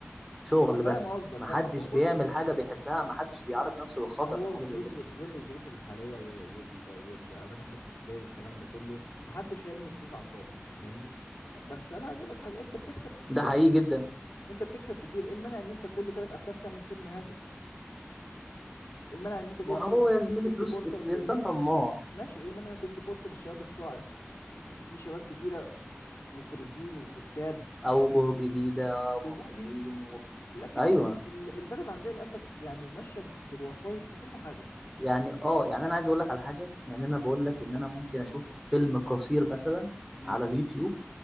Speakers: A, in the centre; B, on the left.
A: شغل
B: انا فاهم
A: بس
B: قصدك
A: ما حدش
B: فاهم هو بص
A: بيعمل
B: هو
A: حاجه بيحبها ما حدش بيعرض نفسه للخطر
B: هو
A: في حاجه
B: في
A: زي
B: ظل
A: كده
B: في ظل الظروف الحاليه و- وال... والازمات الاقتصاديه والكلام ده كله محدش هيرمي فلوس على الفاضي فاهمني ف... بس انا عايز اقول لك حاجه انت بتكسب كتير
A: ده حقيقي جدا
B: انت بتكسب كتير ايه المانع ان انت كل ثلاث افلام تعمل فيلم هادف ايه المانع ان انت تدي
A: ما هو يا زميلي
B: تدي
A: فلوس
B: فرصه لل...
A: الانسان طماع
B: ماشي ايه المانع ان تدي فرصه للشباب الصاعد يعني في شباب كتيره مخرجين وكتاب
A: اوجه جديده ومخرجين
B: وجوه جديد
A: و...
B: لكن
A: ايوه
B: احنا ال- البلد عندنا للاسف يعني ماشيه بالوسائط في كل حاجه
A: يعني اه يعني انا عايز اقول لك على حاجه يعني
B: مم.
A: انا بقول لك ان انا ممكن اشوف فيلم قصير مثلا
B: مم.
A: على اليوتيوب